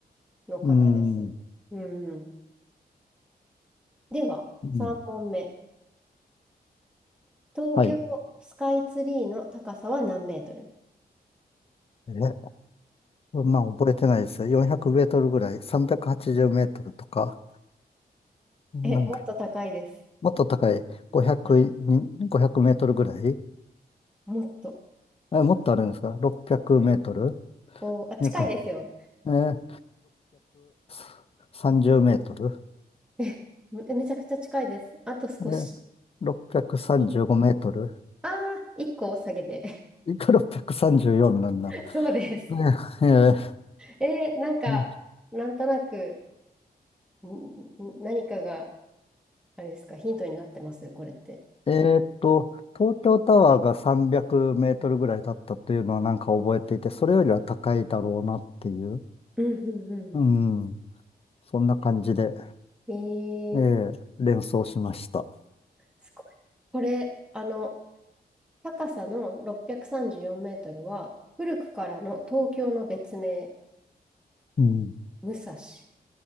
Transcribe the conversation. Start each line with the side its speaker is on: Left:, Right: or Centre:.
Centre: の方です。
Left: うん。
Centre: うん。では、
Left: うん。
Centre: 3問目。東京スカイツリーの高さは何メートル
Left: はい。え、そんなん覚えてないですよ。400メートルぐらい、380メートルとか、なんか、
Centre: え、もっと高いです。
Left: もっと高い、500、
Centre: はい。
Left: にごひゃくメートルぐらい、
Centre: もっと。
Left: え、もっとあるんですか ?600 メートル
Centre: おー、あ、近いですよ。
Left: なんか、えー、630メートル
Centre: え、めめちゃくちゃ近いです。あと少し。
Left: えー、635メートル
Centre: いああ、一個下げて。
Left: いくら634なんだ。
Centre: <laughs> そうです。
Left: ねえ
Centre: えーなんか、
Left: ー
Centre: なんとなく、んん何かが、あれですか、ヒントになってます、これって。
Left: えーっと、東京タワーが300メートルぐらいだったというのはなんか覚えていて、それよりは高いだろうなっていう、
Centre: うんうんう
Left: うん、そんな感じで、
Centre: ん。えー、
Left: えー連想しました。
Centre: すごい。これ、あの、高さの634メートルは、古くからの東京の別名、
Left: うん。
Centre: 武蔵